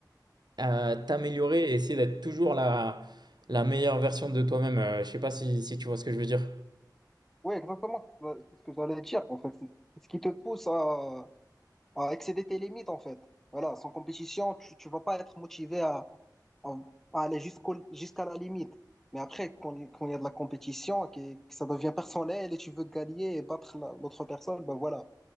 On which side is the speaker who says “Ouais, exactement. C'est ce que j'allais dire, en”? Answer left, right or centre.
Centre